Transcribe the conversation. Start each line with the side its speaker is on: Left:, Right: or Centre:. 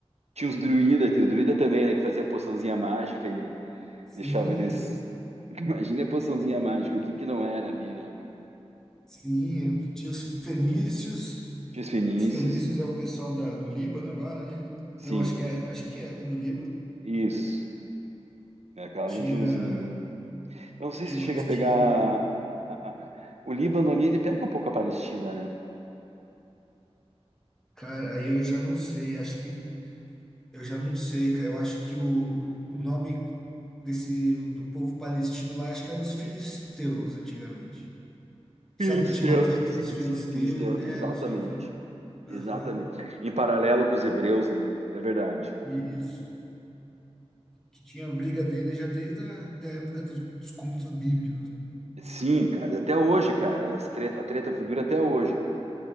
Right: Tinha os druida, o druida também, né, que fazia poçãozinha mágica e
Centre: Sim,
Right: deixava eles. <laughs> Imagina a poçãozinha mágica, o que que não era ali, né, meu?
Centre: sim. Tinha os fenícios.
Right: Tinha os fenícios,
Centre: Os fenícios é o pessoal da, do Líbano agora, né?
Right: sim,
Centre: Não, acho que é, acho que é do Líbano.
Right: isso. É aquela
Centre: Tinha,
Right: regiãozinha ali. Eu não sei
Centre: que
Right: se
Centre: mais?
Right: chega a pegar.
Centre: Tinha, o-
Right: a- a- a- o Líbano ali, ele pega um pouco a Palestina, né?
Centre: cara, aí eu já não sei, acho que eu já não sei, cara. Eu acho que o, o nome desse do povo palestino lá, acho que era os filisteus antigamente.
Right: Filisteus.
Centre: Sabe que tinha uma treta
Right: Sim,
Centre: dos filisteus,
Right: sim, filisteus,
Centre: né?
Right: exatamente.
Centre: Não sei o quê.
Right: Exatamente.
Centre: Aham.
Right: Em paralelo com os hebreus, né? É verdade.
Centre: Isso. Que tinha a briga dele já desde a da época dos, dos contos bíblicos, né?
Right: Sim, cara, até hoje, cara. As treta, a treta dura até hoje, cara.